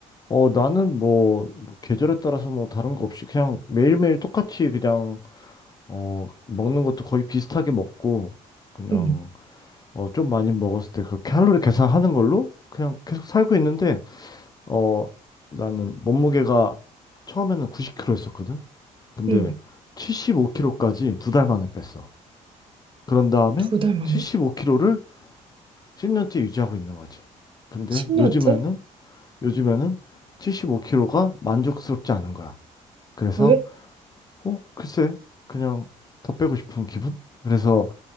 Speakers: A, on the left; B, on the right.
A: 어, 나는 뭐, 뭐 계절에 따라서 뭐 다른 거 없이 그냥 매일매일 똑같이 그냥 어, 먹는 것도 거의 비슷하게 먹고, 그냥,
B: 응,
A: 어, 좀 많이 먹었을 때 그 칼로리 계산하는 걸로 그냥 계속 살고 있는데, 어, 나는 몸무게가 처음에는 90kg였었거든? 근데
B: 응.
A: 75kg까지 두 달 만에 뺐어. 그런 다음에
B: 두 달 만에?
A: 75kg를 10년째 유지하고 있는 거지. 근데
B: 10년째?
A: 요즘에는, 요즘에는 75kg가 만족스럽지 않은 거야. 그래서,
B: 왜?
A: 어, 글쎄, 그냥 더 빼고 싶은 기분? 그래서